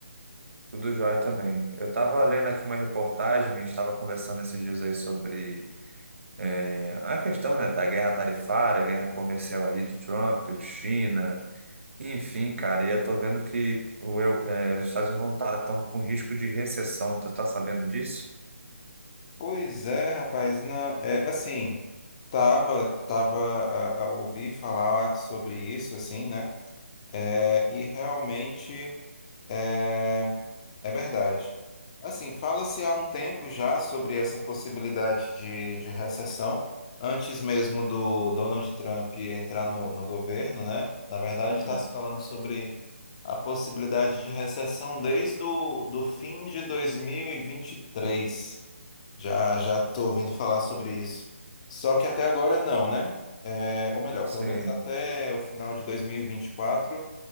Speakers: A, on the right (about 60°); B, on the left (about 25°).
A: Tudo jóia também. Eu estava lendo aqui uma reportagem, a gente estava conversando esses dias aí sobre eh, a questão, né, da guerra tarifária, guerra comercial aí de Trump, China, enfim, cara, e eu tô vendo que o, eu- eh, os Estados Unidos vão estar tão com risco de recessão. Tu tá sabendo disso?
B: Pois é, rapaz, não, é assim, tava, tava a, a ouvir falar sobre isso, assim, né? É, e realmente é, É verdade. Assim, fala-se há um tempo já sobre essa possibilidade de, de recessão, antes mesmo do Donald Trump entrar no, no governo, né? Na verdade, está
A: Uhum,
B: se falando sobre a possibilidade de recessão desde o do fim de dois mil e e vinte e três. Já já estou ouvindo falar sobre isso. Só que até agora não, né? É, ou melhor,
A: Sim.
B: pelo menos até o final de dois mil e e vinte e quatro,